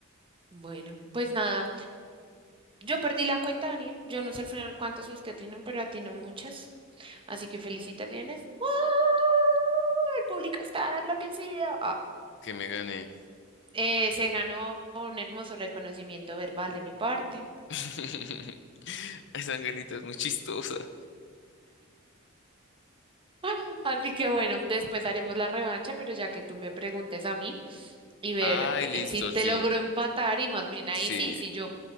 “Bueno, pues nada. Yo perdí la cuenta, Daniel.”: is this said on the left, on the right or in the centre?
Right